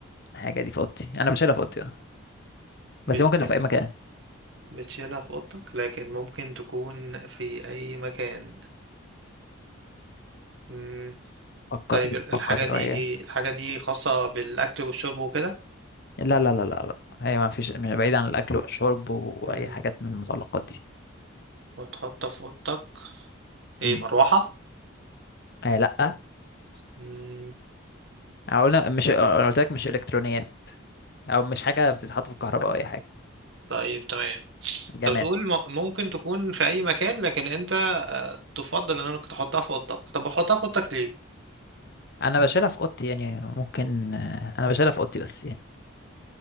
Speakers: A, on the left (about 50°); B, on the right (about 60°).
A: الحاجة دي في اوضتي انا مش شايلها في اوضتي اه
B: بتشيل-
A: بس ممكن تبقى في اي مكان
B: بتشيلها في اوضتك لكن ممكن تكون في اي مكان مم.
A: فكر
B: طيب ال- الحاجة
A: فكر
B: دي
A: شوية
B: ايه الحاجة دي خاصة بالاكل والشرب وكده
A: لا لا لا لا لا هي ما فيش مش بعيد عن الاكل والشرب واي
B: مم.
A: حاجات من المتعلقات دي
B: وتحطها في اوضتك ايه
A: مم.
B: مروحة
A: آه لا
B: مم.
A: أو قلنا مش انا قلت لك مش الكترونيات او مش حاجة بتتحط في الكهرباء او اي حاجة
B: طيب تمام
A: جماد
B: انت بتقول م- ممكن تكون في اي مكان لكن انت آه، تفضل انك تحطها في اوضتك طب بتحطها في اوضتك ليه
A: انا بشيلها في اوضتي يعني ممكن آه، انا بشيلها في اوضتي بس يعني